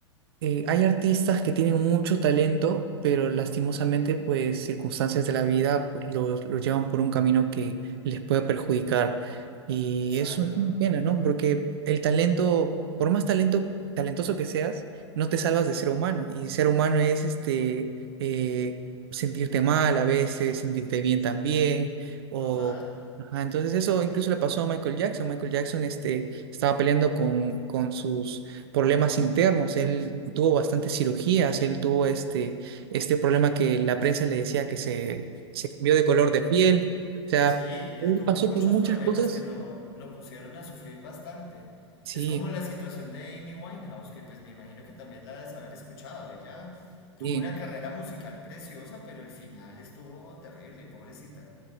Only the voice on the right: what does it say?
eh, hay artistas que tienen mucho talento, pero lastimosamente, pues circunstancias de la vida pues, los, los llevan por un camino que les puede perjudicar. Y
eso es una pena, ¿no? Porque el talento, por más talento, talentoso que seas, no te salvas de ser humano. Y ser humano es este, eh, sentirte mal a veces, sentirte bien también, o...
ajá, entonces eso incluso le pasó a Michael Jackson. Michael Jackson este, estaba peleando con, con sus problemas internos, él tuvo bastantes cirugías, él tuvo este, este problema que la prensa le decía que se, se cambió de color de piel, o sea,
él
pasó
por muchas
cosas.
Sí,
sí,